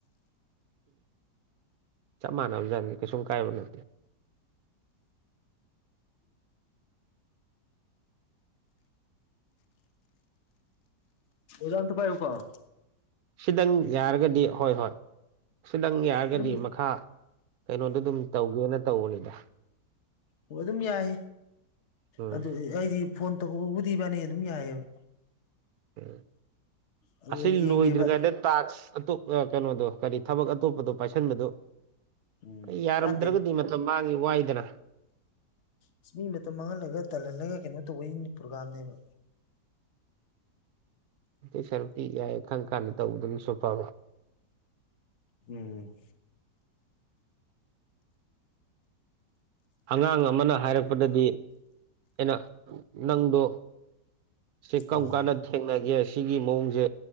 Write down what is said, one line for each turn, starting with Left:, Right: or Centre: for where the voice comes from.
Right: ꯆꯞ ꯃꯥꯟꯅꯕꯖꯠꯅꯤ ꯀꯩꯨꯝ ꯀꯥꯏꯕ ꯅꯠꯇꯦ
Left: ꯖ ꯇ ꯄꯥꯏꯕꯨꯨ ꯀꯣ
Right: ꯁꯤꯗꯪ ꯌꯥꯔꯒꯗꯤ ꯍꯣꯏ ꯍꯣꯏ ꯑꯁꯤꯗꯪ ꯌꯥꯔꯒꯗꯤ
Left: ꯑꯗꯨꯝ
Right: ꯃꯈꯥ ꯀꯩꯅꯣꯗꯣ ꯑꯗꯨꯝ ꯇꯧꯒꯦꯅ ꯇꯧꯕꯅꯤꯗ
Left: ꯑꯣ ꯑꯗꯨꯝ ꯌꯥꯏ
Right: ꯎꯝ
Left: ꯑꯗꯨ ꯑꯩꯗꯤ ꯐꯣꯟ ꯇꯧꯕꯕꯨꯗꯤꯕꯥꯅꯤ ꯑꯗꯨꯝ ꯌꯥꯏꯑꯕ
Right: ꯎ
Left: ꯑꯗꯨ
Right: ꯑꯁꯤ
Left: ꯌꯦꯡꯒꯦꯕ
Right: ꯂꯣꯏꯗ꯭ꯔꯤꯉꯩꯗ ꯇꯥꯛꯁ ꯑꯇꯣꯞ ꯀꯩꯅꯣꯗꯣ ꯀꯔꯤ ꯊꯕꯛ ꯑꯇꯣꯞꯄꯗꯣ ꯄꯥꯏꯁꯟꯕꯗꯣ
Left: ꯎꯝ
Right: ꯑꯩ ꯌꯥꯔꯝꯗ꯭ꯔꯒꯗꯤ
Left: ꯀꯥꯟꯗꯦ
Right: ꯃꯇꯝ ꯃꯥꯡꯉꯤ ꯋꯥꯏꯗꯅ
Left: ꯑꯁ ꯃꯤ ꯃꯇꯝ ꯃꯥꯡꯍꯜꯂꯒ ꯇꯜꯍꯜꯂꯒ ꯀꯩꯅꯣ ꯇꯧꯕꯩ ꯄ꯭ꯔꯣꯒꯥꯝꯅꯦꯕ
Right: ꯑꯇꯩ ꯁꯔꯨꯛꯇꯤ ꯌꯥꯏ ꯈꯪ ꯀꯥꯟꯗ ꯇꯧꯕꯗꯨꯅꯁꯨ ꯐꯕ
Left: ꯎꯝ
Right: ꯑꯉꯥꯡ ꯑꯃꯅ ꯍꯥꯏꯔꯛꯄꯗꯗꯤ ꯑꯩꯅ ꯅꯪꯗꯣ ꯁꯤ ꯀꯔꯝ
Left: ꯑꯥ
Right: ꯀꯥꯟꯗ ꯊꯦꯡꯅꯒꯦ ꯁꯤꯒꯤ ꯃꯑꯣꯡꯁꯦ